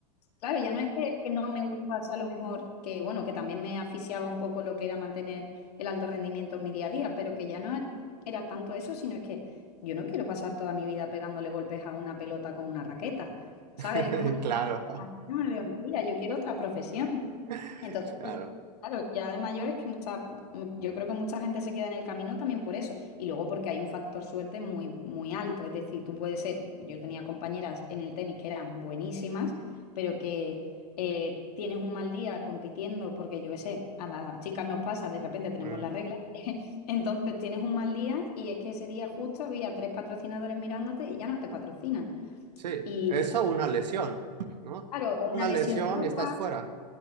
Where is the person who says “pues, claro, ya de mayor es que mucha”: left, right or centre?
Left